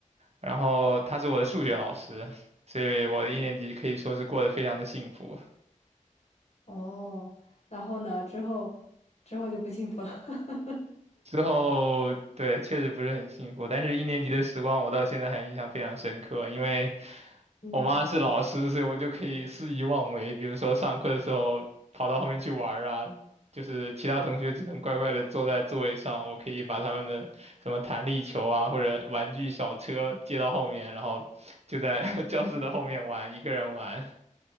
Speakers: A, on the right; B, on the left.
A: 然后他是我的数学老师，所以我的一年级可以说是过得非常的幸福。
B: 哦，然后呢，之后之后就不幸福了。<laughs>
A: 之后，对，确实不是很幸福，但是一年级的时光我到现在还印象非常深刻，因为
B: 嗯，
A: 我妈是老师，所以我就可以肆意妄为，比如说上课的时候跑到后面去玩儿啊，就是其他同学只能乖乖的坐在座位上，我可以把他们的什么弹力球啊或者玩具小车接到后面，然后就在 <laughs> 教室的后面玩，一个人玩。